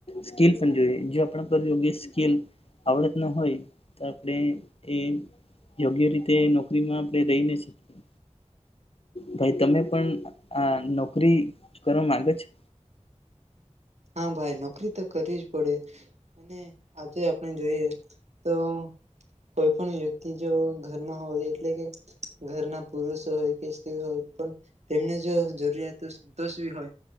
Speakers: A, on the left (about 50°); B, on the right (about 65°).
A: સ્કીલસ જોએ જો આપ પર યોગ્ય સ્કીલ આવડત ન હોય તો આપણે એ યોગ્ય રીતે નોકરીમાં આપણે રહી ન શકીએ. ભાઈ તમે પણ આ નોકરી કરવા માગો છો?
B: હા ભાઈ નોકરી તો કરવી જ પડે, અને આજે આપણે જોઈએ તો. કોઈ પણ વ્યક્તિ જો ઘરમાં હોય એટલે કે ઘરના પુરુષ હોય કે સ્ત્રી હોય પણ તેમને જો જરૂરિયાતો સંતોષવી હોય